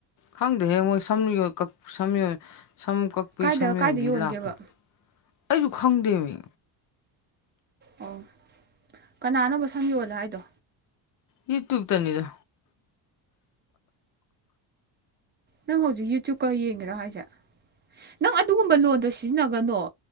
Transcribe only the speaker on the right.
ꯀꯥꯏꯗ
ꯀꯥꯏꯗ
ꯌꯣꯟꯒꯦꯕ
ꯑꯣ ꯀꯅꯥꯅꯣꯕ ꯁꯝ ꯌꯣꯜꯂꯣ ꯍꯥꯏꯗꯣ
ꯅꯪ ꯍꯧꯖꯤꯛ ꯌꯨ ꯇꯌꯨꯕꯀ ꯌꯦꯡꯉꯤꯔꯥ ꯍꯥꯏꯁꯦ ꯅꯪ ꯑꯗꯨꯒꯨꯝꯕ ꯂꯣꯟꯗꯣ ꯁꯤꯖꯤꯟꯅꯒꯅꯣ